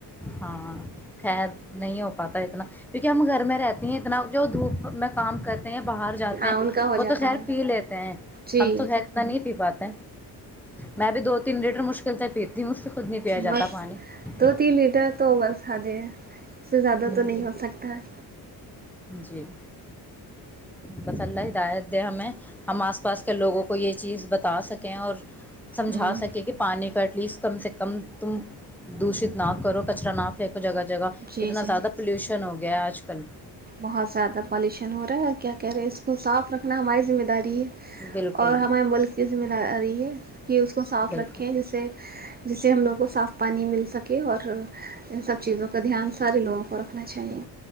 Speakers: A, in the centre; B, on the right.
A: ہاں خید نہیں ہو پاتا ہے اتنا کیونکہ ہم گھر میں رہتی ہیں اتنا جو دھوپ میں کام کر ہیں باہر جاتے
B: ہاں
A: ہیں
B: ان کا ہو
A: وہ
B: جاتا
A: تو خیر
B: ہے
A: پی لیتے ہیں
B: جی
A: ہم تو خیر اتنا نہیں پی پاتے میں بھی دو تین لیٹر مشکل سے پیتی ہوں مج سے خود نہیں پیا جاتا
B: بس
A: پانی <unintelligible>
B: دو تین لیٹر تو بس حاد اس سے زیادہ
A: جی
B: تو نہیں ہو سکتا ہے
A: جی بس اللہ ہدایت دے ہمیں ہم آس پاس کے لوگوں کو یہ چیز بتا سکیں اور سمجا
B: ہوں
A: سکے کہ پانی کاٹ پلیز کم سے کم تم دوشت نہ کرو کچرا نہ پھینکو جگہ جگہ
B: جی
A: کتنا
B: جی
A: زیادہ پولوشن ہوگا گیا آج کل
B: بہت زیادہ پالیوشن ہو رہا ہے اور کیا کہہ رہے ہیں اس کو صاف رکھنا ہماری ذمہ داری ہے
A: بالکل
B: اور ہمارے ملک کی زمین آ رہی ہے کہ اس کو صاف
A: بالکل
B: رکھیں جسے جس سے ہم لوگوں کو صاف پانی مل سکے اور ان سب چیزوں کا دھیان سارے لوگوں کو رکھنا چاہیے